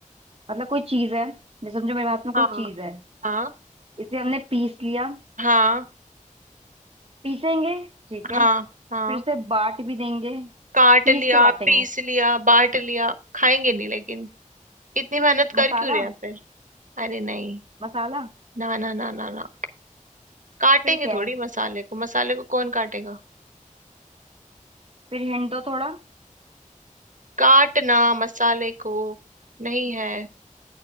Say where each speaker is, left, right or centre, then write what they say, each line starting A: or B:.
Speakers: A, on the right; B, on the right.
A: मतलब कोई चीज है मैं समझो मेरे हाथ में कोई
B: हाँ
A: चीज है
B: हाँ
A: इसे हमने पीस लिया
B: हाँ
A: पीसेंगे ठीक है
B: हाँ
A: फिर
B: हाँ
A: उसे बांट भी देंगे
B: काट
A: पीस
B: लिया
A: के बांटेंगे
B: पीस लिया बांट लिया खाएंगे नहीं लेकिन इतनी मेहनत
A: मसाला
B: कर क्यों रहे हैं फिर अरे नहीं
A: मसाला
B: ना ना ना ना ना काटेंगे
A: फिर क्या
B: थोड़ी
A: है
B: मसाले को मसाले को कौन काटेगा
A: फिर हिंट दो थोड़ा
B: काटना मसाले को नहीं है